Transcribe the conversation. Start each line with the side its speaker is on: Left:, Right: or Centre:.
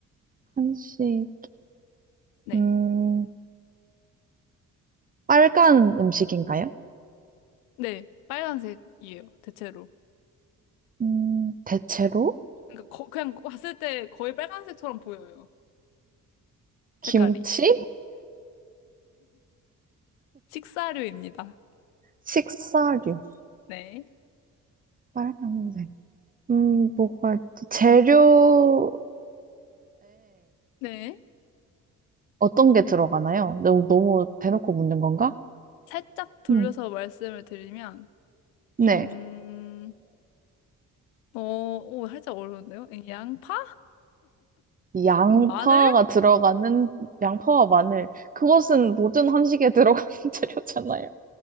Right: 한식이요?
Left: 네.
Right: 음, 빨간 음식인가요?
Left: 네. 빨간색이에요. 대체로.
Right: 음, 대체로
Left: 그러니까 거- 그냥 봤을 때 거의 빨간색처럼 보여요. 색깔이.
Right: 김치?
Left: 식사류입니다.
Right: 식사류,
Left: 네.
Right: 빨간색. 음, 뭐가 있지? 재료에
Left: 네.
Right: 어떤 게 들어가나요? 너무, 너무 대놓고 묻는 건가?
Left: 살짝 돌려서
Right: 음,
Left: 말씀을 드리면,
Right: 네.
Left: 음, 어, 오, 살짝 어려운데요? 예, 양파?
Right: 양파가
Left: 마늘?
Right: 들어가는 양파와 마늘 그것은 모든 한식에 들어가는 <laughs> 재료잖아요.